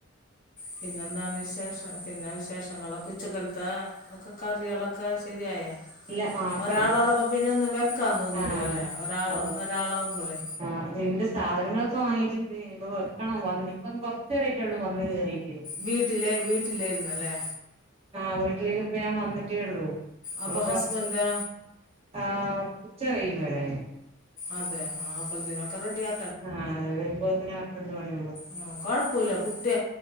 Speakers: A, on the left; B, on the right.
A: പിന്നെ എന്താണ് വിശേഷം പിന്നെ വിശേഷങ്ങളൊക്കെ ഉച്ചക്കലത്തെ ഒക്കെ കറികള് ഒക്കെ ശരിയായൊ
B: ഇല്ല ആക്കണം
A: ഒരാള് ഉള്ളപ്പോ പിന്നെ ഒന്നും വെക്കാൻ തോന്നൂല
B: ആഹ്
A: ല്ലെ ഒരാൾ
B: അതെ
A: ഒരാളാവുമ്പളേ
B: ആഹ് അതിന്റെ സാധനങ്ങളൊക്കെ വാങ്ങിട്ടുണ്ട് ഇനി ഇപ്പ വെക്കണം വന്ന് ഇപ്പം കൊറച്ച് നേരം ആയിട്ട് ഉള്ളൂ വന്ന് കേറീട്ട്
A: വീട്ടിലെ വീട്ടിലായിരുന്നു അല്ലേ
B: ആഹ് വീട്ടിലേക്ക് ഇപ്പ ഞാൻ വന്നിട്ടേ ഉള്ളൂ
A: അപ്പോൾ
B: അപ്പൊ
A: ഹസ്ബൻഡാ
B: കൊറച്ച് ആഹ് ഉച്ച കഴിയും വരാന്
A: അതെ ആഹ് അപ്പൽത്തിനോക്കെ റെഡി ആ
B: ആഹ് അതെ വരുമ്പോത്തിന് ആക്കണ്ട പണിയേ ഉള്ളൂ
A: ആഹ് കൊഴപ്പോല്ല കുട്ടി